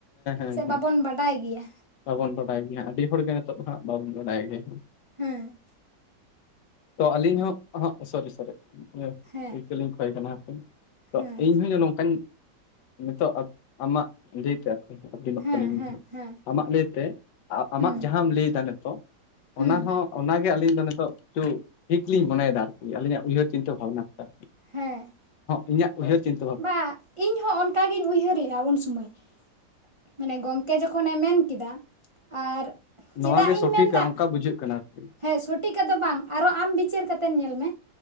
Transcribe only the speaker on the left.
ᱦᱮᱸ
ᱦᱮᱸ
ᱵᱟᱵᱚᱱ ᱵᱟᱰᱟᱭ ᱜᱮᱭᱟ ᱟᱰᱤ ᱦᱚᱲᱜᱮ ᱱᱤᱛᱚᱜ ᱫᱚ ᱦᱟᱸᱜ ᱵᱟᱵᱚᱱ ᱵᱟᱰᱟᱭ ᱜᱮᱭᱟ
ᱛᱚ ᱟᱞᱤᱧ ᱦᱚᱸ ᱚᱸᱦᱚᱸᱜ ᱥᱚᱨᱤ ᱥᱚᱨᱤ
ᱤᱠᱟᱹᱞᱤᱧ ᱠᱷᱚᱭ ᱠᱟᱱᱟ ᱛᱚ
ᱤᱧᱦᱚᱧ ᱱᱚᱝᱠᱟᱧ ᱱᱤᱛᱚᱜ ᱟᱵ ᱟᱢᱟᱜ ᱞᱟᱹᱭᱛᱮ ᱦᱵᱤᱱᱚᱜ
ᱟᱹᱞᱤᱧᱜ
<inaudible> ᱟᱢᱟᱜ ᱞᱟᱹᱭᱛᱮ ᱟᱸᱻᱟᱢᱟᱜ
ᱡᱟᱸᱦᱟᱸᱢ ᱞᱟᱹᱭᱫᱟ ᱱᱤᱛᱚᱜ
ᱚᱱᱟ ᱦᱚᱸ ᱚᱱᱟᱜᱮ ᱟᱹᱞᱤᱧ ᱫᱚ ᱱᱤᱛᱚᱜ ᱛᱩ ᱴᱷᱤᱠ ᱞᱤᱧ ᱢᱚᱱᱮᱭᱫᱟ ᱟᱨᱠᱤ ᱟᱞᱤᱧᱟᱜ ᱩᱭᱦᱟᱹᱨ ᱪᱤᱱᱛᱟᱹ ᱵᱷᱟᱵᱱᱟ ᱛᱮ ᱫᱚ
ᱤᱧᱟᱜ ᱩᱭᱦᱟᱹᱨ ᱪᱤᱱ
ᱱᱚᱣᱟ
ᱜᱮ
ᱥᱚᱴᱷᱤᱠᱟ
ᱚᱱᱠᱟ ᱵᱩᱡᱷᱟᱹᱜ ᱠᱟᱱᱟ ᱟᱨᱠᱤ